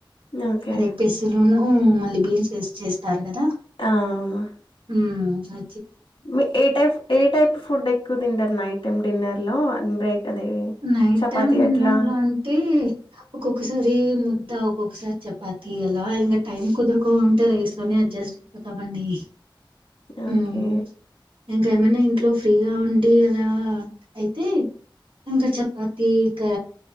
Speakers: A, on the left (about 80°); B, on the right (about 90°).
A: ఓకే
B: అదే పేసులును మళ్ళీ బీన్స్ వేసి చేస్తారు కదా
A: ఆ అవును
B: ఉమ్ ఆ
A: మీ ఏ టైప్ ఏ టైప్ ఫుడ్ ఎక్కువ తింటారు నైట్ టైమ్ డిన్నర్ లో బ్రేక్ అది
B: నైట్
A: చపాతి
B: టైం డిన్నర్
A: అట్లా
B: లో అంటే ఒక్కొక్కసారి ము ఒ ఒకొ ఒకసారి చపాతి అలా ఇంకా టైం కుదురుకో ఉంటే రైస్ లోనే అడ్జస్ట్ అయిపోతామండి
A: ఓకే
B: మ్మ్ ఇంకా ఏమైన్నా ఇంట్లో ఫ్రీగా ఉండి అలా అయితే ఇంకా చపాతికా